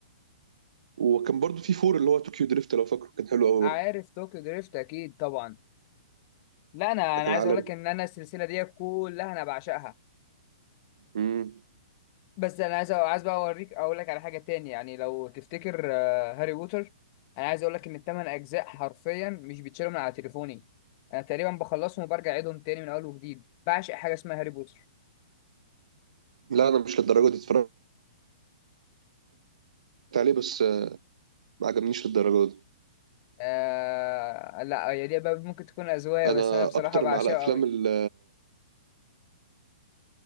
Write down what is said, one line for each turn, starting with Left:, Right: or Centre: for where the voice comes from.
Right: وكان برضو في فور اللي هو طوكيو دريفت لو فاكره كان حلو قوي
Left: عارف
Right: برضو
Left: طوكيو دريفت اكيد طبعا لا انا
Right: ده
Left: انا
Right: كان
Left: عايز
Right: عالمي
Left: اقول لك ان انا السلسله دي كلها انا بعشقها
Right: امم
Left: بس انا عايز عايز بقى اوريك اقول لك على حاجه تاني يعني لو تفتكر آه، هاري بوتر انا عايز اقول لك ان الثمان اجزاء حرفيا مش بيتشالوا من على تليفوني انا تقريبا بخلصهم وبرجع اعيدهم تاني من اول وجديد بعشق حاجه اسمها هاري بوتر
Right: لا انا مش للدرجه دي اتفرجت عليه بس آه، ما عجبنيش للدرجه دي
Left: آه لا هي دي بقى ممكن تكون اذواق
Right: انا
Left: بس انا بصراحه
Right: اكتر
Left: بعشقه
Right: مع الافلام
Left: قوي
Right: ال